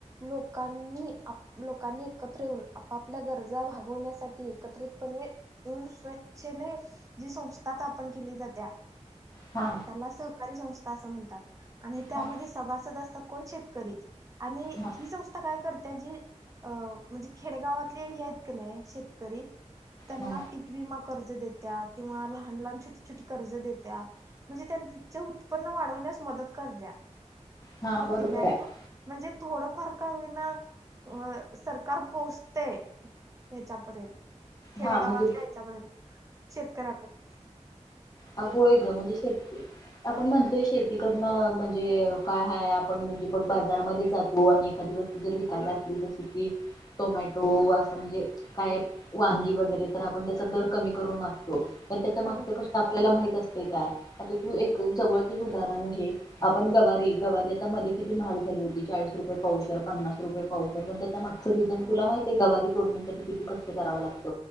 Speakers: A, on the right (about 25°); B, on the left (about 30°).
A: लोकांनी लोकांनी एकत्र ययेऊन आपआपल्या गरजा भागाव ण्यासाठी एकत्रितपणे येऊन स्वइच्छेने जी संस्था स्थापन केली जात्या
B: हा
A: त्याला सहकारी संस्था अस म्हणतात आणि त्यामध्ये
B: हा
A: सभासद असतात. कोण शेतकरीचं आणि
B: हा
A: ही संस्था काय कर त्या जी म्हणजे खेडेगावातले हे आहेत का नाही शेतकरी त्यांना
B: हा
A: पिकवी मग कर्ज देत्या किंवा लहान लहान, छोटी छोटी कर्ज देत्या. म्हणजे त्यांचं उत्पन्न वाढवण्यास मदत करत्या.
B: हा बरोबर
A: ती बँक
B: आहे
A: म्हणजे थोडं फार का होईना. अ सरकार पोहोचतेय हेच्यापर्यंत. खेडेगावातल्या
B: हा म्हणजे
A: हच्यापर्यंत, शेतकऱ्यापर्यंत.
B: अ होय ग म्हणजे शेत आपण म्हणतोय शेती करणं म्हणजे काय हाय आपण म्हणजे बघ बाजारामध्ये जातो आणि एखादी वस्तू जर विकायला असली जस की टोमॅटो असं म्हणजे काय वांगी वगैरे तर आपण त्याचा दर कमी करून मागतो तर त्याच्या मागच
A: हम्म
B: कष्ट आपल्याला माहित असत. हो का आता तू एक जवळचच उदाहरण घे आपण गवारी गवारी आता मध्ये किती महाग झाली. होती चाळीस रुपये पावशेर, पन्नास रुपये पावशेर. मागं रिझन
A: हम्म
B: तुला माहित आहे गवारी तोडण्यासाठी किती कष्ट कराव लागत